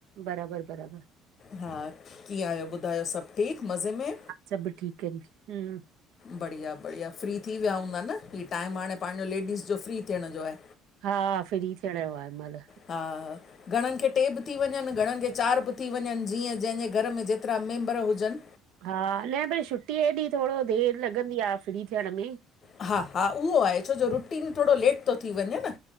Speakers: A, on the right (about 70°); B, on the left (about 30°).
A: बराबरि बराबरि
B: हा कीअं आहियो ॿुधायो सभु ठीकु मज़े में?
A: सभु ठीक आहिनि हम।
B: बढ़िया बढ़िया, फ्री थी विया हूंदा न? ही टाइम हाणे पंहिंजो लेडीस जो फ्री थियण जो आहे।
A: हा, फ्री थियण जो आहे हिन महिल।
B: हा हा। घणनि खे टे बि थी वञनि, घणनि खे चारि बि थी वञनि, जीअं जंहिंजे घर में जेतिरा मेंबर हुजनि।
A: हा, न भई छुटीअ ॾींहुं थोरो देरि लॻंदी आहे फ्री थियण में‌।
B: हा- हा, उहो आहे‌ छो जो रुटीन थोरो लेट तो थी वञे न?